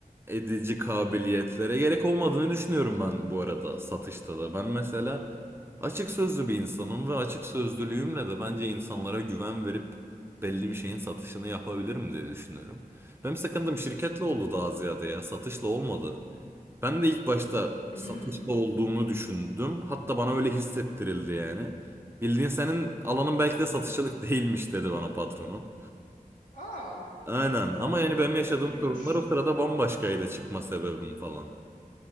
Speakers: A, on the right; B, on the left.
A: edici kabiliyetlere gerek olmadığını düşünüyorum ben bu arada satışta da. Ben mesela açık sözlü bir insanım ve açık sözlülüğümle de bence insanlara güven verip belli bir şeyin satışını yapabilirim diye düşünüyorum. Benim sakındığım şirketle oldu daha ziyade ya satışla olmadı. Ben de ilk başta
B: Hmm.
A: satışta olduğunu düşündüm. Hatta bana öyle hissettirildi yani. Bildiğin senin alanın belki de satışçılık <laughs> değilmiş dedi bana patronum.
B: Aa
A: Aynen ama yani benim yaşadığım
B: kötüymüş.
A: sorunlar o sırada bambaşkaydı çıkma sebebim falan.